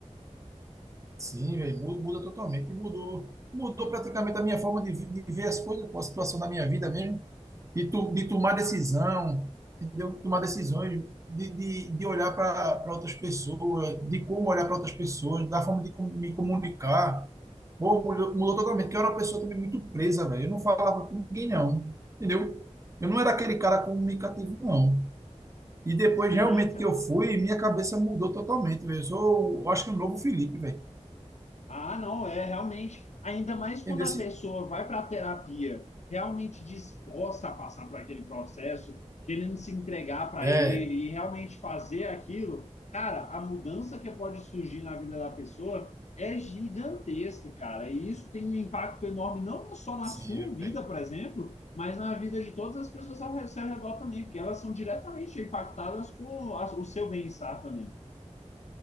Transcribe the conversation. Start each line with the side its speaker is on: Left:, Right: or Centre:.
Right: Sim, velho, mu- muda totalmente. E Mudou, mudou praticamente a minha forma de, vi- de ver as coisas, pô, a situação da minha vida mesmo, de, to- de tomar decisão, entendeu? Tomar decisões, de, de, de olhar para outras pessoas, de como olhar para outras pessoas, da forma de com- me comunicar. Pô, mudou, mudou totalmente, porque eu era uma pessoa também muito presa, velho. Eu não falava com ninguém, não, entendeu? Eu não era aquele cara comunicativo, não. E depois,
Left: Sim,
Right: realmente,
Left: cara.
Right: que eu fui, minha cabeça mudou totalmente, velho. Eu sou, eu acho que um novo Felipe, velho.
Left: Ah, não, é realmente, ainda mais quando
Right: Entendeu?
Left: a pessoa vai para a terapia realmente disposta a passar por aquele processo, querendo se entregar para
Right: É,
Left: ele e realmente fazer aquilo, cara, a mudança que pode surgir na vida da pessoa é gigantesca, cara. E isso tem um impacto enorme, não só na
Right: sim,
Left: sua vida,
Right: véi.
Left: por exemplo, mas na vida de todas as pessoas ao re- seu redor também, porque elas são diretamente impactadas com a- o seu bem-estar também.